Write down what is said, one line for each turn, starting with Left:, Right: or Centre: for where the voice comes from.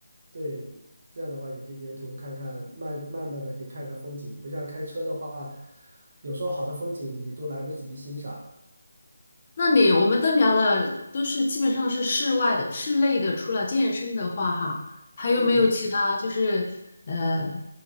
Right: 对，这样的话也可以沿途看看，慢慢慢的可以看看风景，不像开车的话，有时候好的风景你都来不及欣赏。
Left: 那你我们都聊了，都是基本上是室外的、室内的。除了健身的话，哈，还有没有其他就是呃
Right: 嗯，